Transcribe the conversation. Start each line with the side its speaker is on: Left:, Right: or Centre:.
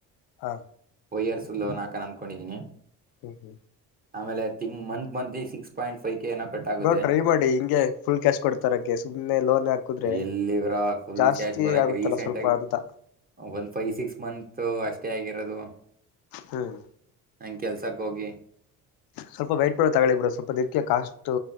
Left: ಹಾ
Right: ಒಯ್ಯರ್ಸುಲ್ಲೋ ನಾಕನ್ ಅಂದ್ಕೊಂಡಿದ್ದೀನಿ
Left: ಹ್ಮ್ ಹ್ಮ್
Right: ಆಮೇಲೆ ತಿಂಗ್ month six point five K ಏನೋ ಕಟ್ ಆಗುತ್ತೆ
Left: ನೋ ಟ್ರೈ ಮಾಡಿ ಹಿಂಗೆ ಫುಲ್ ಕ್ಯಾಶ್ ಕೊಡ್ತಾರಕ ಸುಮ್ನೆ ಲೋನ್ ಹಾಕುದ್ರೆ
Right: ಎಲ್ಲಿ ಬ್ರೋ ಫುಲ್
Left: ಜಾಸ್ತಿ
Right: ಕ್ಯಾಶ್ ಬರಕ್
Left: ಆಗುತ್ತಲ್ಲ
Right: ರೀಸೆಂಟ್
Left: ಸ್ವಲ್ಪ
Right: ಆಗ
Left: ಅಂತ
Right: ಒಂದ ಫೈವ್ ಸಿಕ್ಸ್ ಮಂತ್ ಅಷ್ಟೇ ಆಗಿರೋದು
Left: ಹ್ಮ್
Right: ನಂಗೆ ಕೆಲ್ಸಕ್ ಹೋಗಿ
Left: ಸ್ವಲ್ಪ ವೈಟ್ ಪಡ ತಗಳಿ ಬ್ರ ಸ್ವಲ್ಪ ದಿಕ್ಕ ಕಾಸ್ು